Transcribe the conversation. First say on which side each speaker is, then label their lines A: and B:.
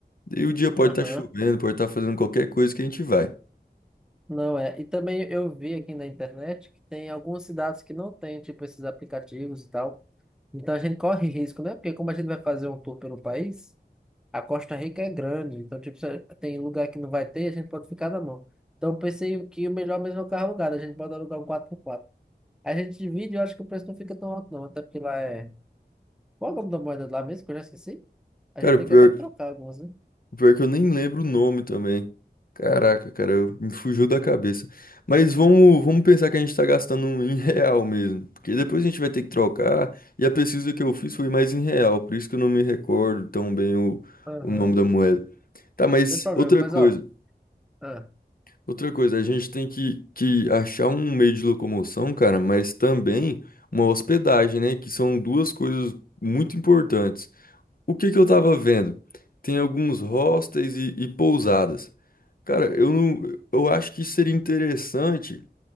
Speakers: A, on the left; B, in the centre.
A: E o dia pode
B: Aham.
A: estar chovendo, pode estar fazendo qualquer coisa que a gente vai.
B: Não é. E também eu vi aqui na internet que tem algumas cidades que não tem, tipo, esses aplicativos e tal. Então a gente corre risco, né? Porque como a gente vai fazer um tour pelo país, A Costa Rica é grande, então tipo, se tem lugar que não vai ter, a gente pode ficar na mão. Então eu pensei que o melhor mesmo é o carro alugado, a gente pode alugar um 4x4. A gente divide, eu acho que o preço não fica tão alto não, até porque lá é... Qual é o nome da moeda lá mesmo, que eu já esqueci? A
A: Cara,
B: gente
A: o
B: tem
A: pior,
B: que até que trocar algumas, né?
A: o pior é que eu nem lembro o nome também. Caraca, cara, eu- me fugiu da cabeça. Mas vamos, vamos pensar que a gente tá gastando um em real mesmo. Porque depois a gente vai ter que trocar. E a pesquisa que eu fiz foi mais em real. Por isso que eu não me recordo tão bem o,
B: Aham,
A: o nome
B: Não
A: da moeda. Tá, mas
B: tem problema,
A: outra
B: mas
A: coisa.
B: ó... ah,
A: Outra coisa, a gente tem que, que achar um meio de locomoção, cara, mas também uma hospedagem, né? Que são duas coisas muito importantes. O que que eu tava vendo? Tem alguns hostels e, e pousadas. Cara, eu não, eu acho que seria interessante,